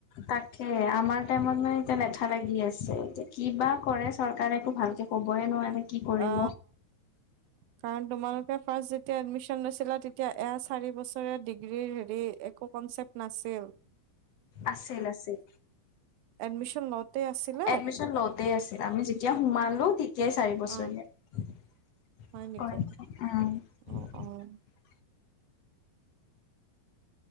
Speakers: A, on the left; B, on the right.
A: তাকে আমাৰ টাইমত মানে তেনেপ থা লাগি আছে এতিয়া কিবা কৰে চৰকাৰে একো ভালকে ক'বই নোৱাৰে। কি কৰিব
B: অ কাৰণ তোমাৰ ফাৰ্ষ্ট যেতিয়া এডমিশন লৈছিলা তেতিয়া এয়া চাৰি বছৰীয়া ডিগ্ৰীৰ হেৰি একো কনচেপ্ট নাছি <unintelligible>
A: আছিল আছিল।
B: এডমিশ্যন লওঁতে আছিলে
A: এডমিশন লওতেই আছিল আমি যেতিয়া সোমালো তি <unintelligible>
B: অ',
A: চািৰ বছৰীয়া
B: হয় নেকি?
A: কয় উম
B: অ', অ',